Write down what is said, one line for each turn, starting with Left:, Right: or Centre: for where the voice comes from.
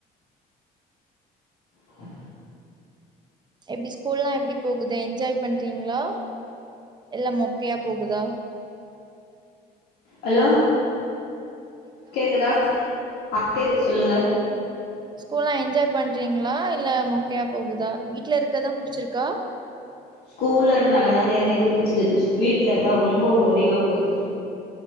Left: ஆஹ
Right: எப்டி ஸ்கூல்லல்லா எப்டி போகுது என்ஜாய் பண்றீங்களா இல்ல மொக்கையா போகுதா
Left: ஹலோ கேக்குதா ஆ கேக்குது சொல்லுங்க
Right: ஸ்கூல்லாம் என்ஜாய் பண்றீங்களா இல்ல மொக்கையா போகுதா வீட்ல இருக்கதா புடிச்சிருக்கா
Left: ஸ்கூல் ல இருந்தால தாங்க எனக்கு பிச்சிருது வீட்ல தா ரொம்ப போரிங்கா போகுது